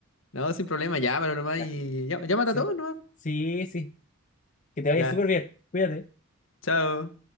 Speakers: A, on the left (about 70°); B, on the left (about 35°).
A: No, sin problema, llámalo nomás
B: Ya,
A: y llá- llámate
B: sí,
A: a todos nomás.
B: sí, sí, que te vaya
A: Ya,
B: súper bien, cuídate.
A: chao.